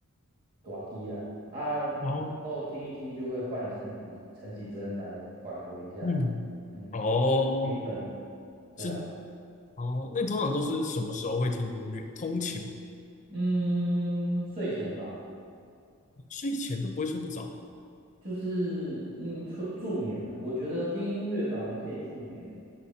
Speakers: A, on the right; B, on the left.
A: 大基啊。啊，有时候听一听就会换陈绮陈绮贞来缓和一下，
B: 哦，嗯，
A: 嗯，
B: 哦，
A: 平衡，对啊，
B: 是哦，那你通常都是什么时候会听音乐？通勤吗
A: 嗯，睡前吧，
B: 睡前都不会睡不着
A: 就是嗯助助眠啊，我觉得听音乐反而可以助眠呢、